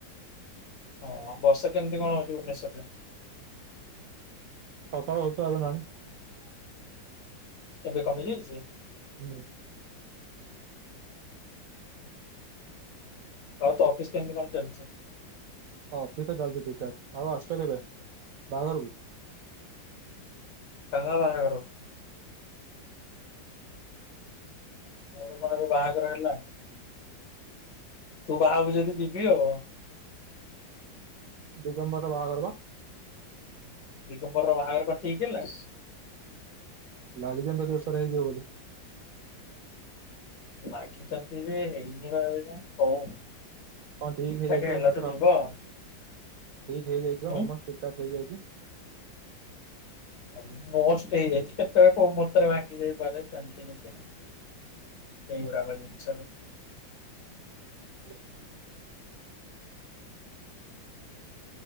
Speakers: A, on the left (about 55°); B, on the right (about 70°).
A: ଓଁ ବର୍ଷା କେମିତି କଣ ହଉଛି ଭୁବନେଶ୍ଵରରେ?
B: ପକାଳ ହଛୁ ଆଜ ନା <unintelligible>
A: ଏବେ କମି ଯାଇଛି?
B: ହୁଁ।
A: ଆଉ ତ ଅଫିସ କେମତି କଣ ଚାଲିଛି?
B: ଅଫିସ ତ ଚାଲିଛି ଠିକ ଠାକ। ଆଉ ଆସୁଛ କେବେ ବାହାଘରକୁ।
A: କହା ବହାଘରକୁ କରୁକୁ? ମୋର କଣ ଏବେ ବାହାଘର ହେଲାଣି। ତୁ ବାହାହବୁ ଯଦି ଯିବି ଆଉ।
B: ଦିଗମ୍ବର ବାହାଘର ପା।
A: ଦଗମ୍ବର ର ବାହାଘର କଣ ଠିକ୍ ହେଲା
B: ଲାଗିଛି ତ ଜୋରସୋର ହେଇଯିବ ବୋଲି।
A: ଲାଗିଛନ୍ତି ଯେ ହେଇଯିବ ହେଇନି ହଉ।
B: ହଁ ଠିକ ହେଇଯାଇଛି।
A: ଠାକ ହେଲାଠୁ
B: ଏ ମାସର
A: ଯିବ
B: ଠିକ
A: ଆଉ।
B: ହେଇଯାଇ
A: ଉଁ
B: ଅଲମ ଠିକଠାକ୍ ହେଇଯାଇଛି।
A: ଅଲମୋଷ୍ଟ ଏଇ କେତେବେଳେ କୋଉ ମୂହୁର୍ତ୍ତରେ ଭାଙ୍ଗି ଯାଇପାରେ। ସେମିତି କିଛି ନାହିଁ ଏଇଗୁଡାକ ଜିନିଷରେ।
B: ଆ <unintelligible>